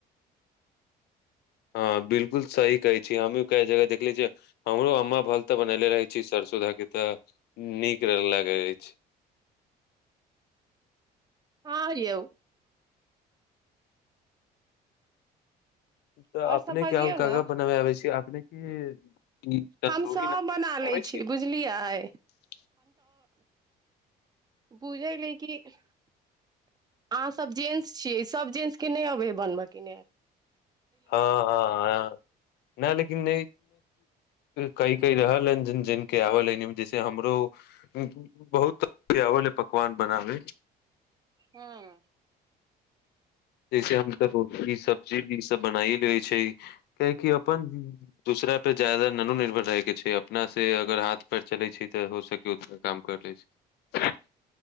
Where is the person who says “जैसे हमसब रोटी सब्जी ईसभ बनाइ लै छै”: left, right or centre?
Left